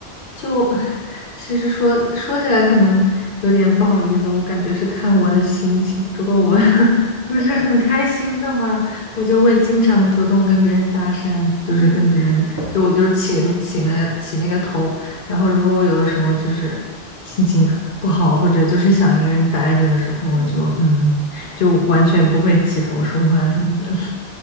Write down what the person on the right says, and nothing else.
嗯嗯
嗯。